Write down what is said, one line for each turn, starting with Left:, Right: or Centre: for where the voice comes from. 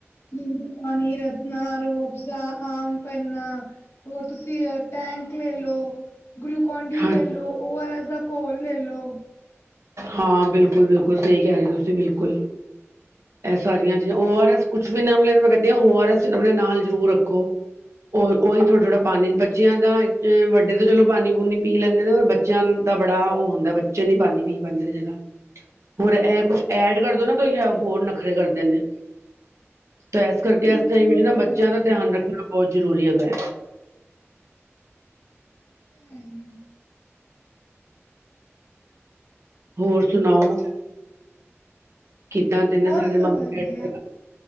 Left: ਨਿੰਬੂ ਪਾਣੀ, ਰਸਨਾ, ਰੂਹਹਫਜਾ, ਆਮ ਪਨਾ ਹੋਰ ਤੁਸੀਂ ਟੈਂਗ ਲੇਲੋ, ਗਲੂਕੋਨ ਡੀ
Right: ਹਾਂ
Left: ਲੈਲੋ, ਉਹ ਆਰ ਐਸ ਦਾ ਘੋਲ ਲੈ ਲੋ
Right: ਹਾਂ ਬਿਲਕੁਲ, ਬਿਲਕੁਲ ਸਹੀ ਕਹਿ ਰਹੇ ਹੋ ਤੁਸੀਂ ਬਿਲਕੁਲ ਇਹ ਸਾਰੀਆਂ ਚੀਜ਼ਾਂ ਓ ਆਰ ਐਸ ਕੁਛ ਵੀ ਨਾ ਮਿਲੇ ਤੇ ਮੈਂ ਕਹਦੀ ਹਾਂ ਓ ਆਰ ਐਸ ਆਪਣੇ ਨਾਲ ਜ਼ਰੂਰ ਰੱਖੋ। ਉਹ ਉਹੀ ਥੋੜਾ, ਥੋੜਾ ਪਾਣੀ ਬੱਚਿਆਂ ਦਾ ਇੱਕ ਵੱਡੇ ਤੇ ਚਲੋ ਪਾਣੀ ਪੂਣੀ ਪੀ ਲੈਂਦੇ ਨੇ ਪਰ ਬੱਚਿਆਂ ਦਾ ਬੜਾ ਉਹ ਹੁੰਦਾ ਬੱਚੇ ਨੀ ਪਾਉਦੀ ਪੀ ਪਾਉਂਦੇ ਨੇ ਜ਼ਿਆਦਾ ਹੋਰ ਇਹ ਕੁੱਛ ਐਡ ਕਰਦੋ ਨਾ ਤੁਸੀਂ ਆਓ ਹੋਰ ਨਖਰੇ ਕਰਦੇ ਨੇ ਤਾਂ ਇਸ ਕਰਕੇ ਇਸ
Left: ਬਿਲਕੁਲ
Right: ਟਾਈਮ
Left: ਉਹ
Right: 'ਚ ਨਾ
Left: ਤੇ
Right: ਬੱਚਿਆਂ
Left: ਹੈ ਹੀ
Right: ਦਾ ਧਿਆਨ ਰੱਖਣਾ ਬਹੁਤ ਜ਼ਰੂਰੀ ਹੈਗਾ ਹੈ।
Left: ਹ <unintelligible>
Right: ਹੋਰ ਸੁਣਾਓ, ਕਿੱਦਾਂ ਦੇ ਨੇ
Left: ਬਸ
Right: ਸਾਡੇ ਮੰਮੀ-ਡੈਡੀ
Left: ਵਧੀਆ।